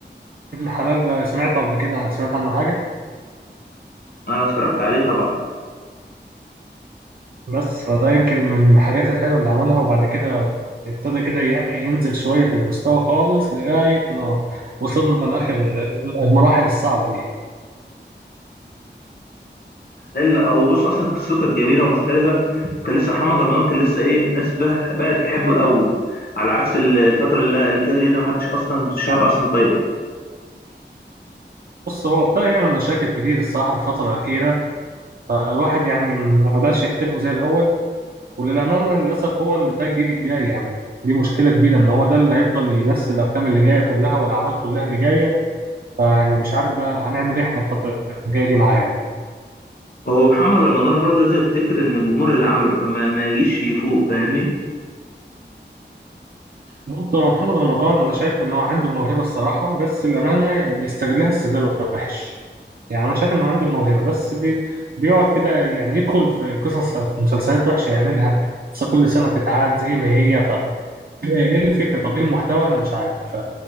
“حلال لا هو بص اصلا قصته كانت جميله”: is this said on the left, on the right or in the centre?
Left